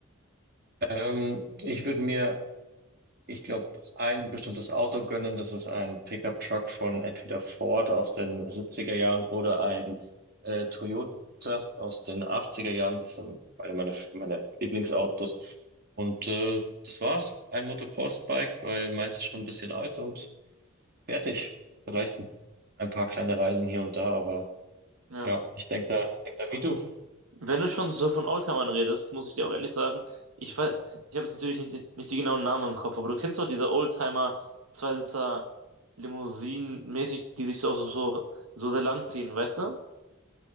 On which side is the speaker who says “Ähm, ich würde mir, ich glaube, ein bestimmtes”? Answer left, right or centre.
Right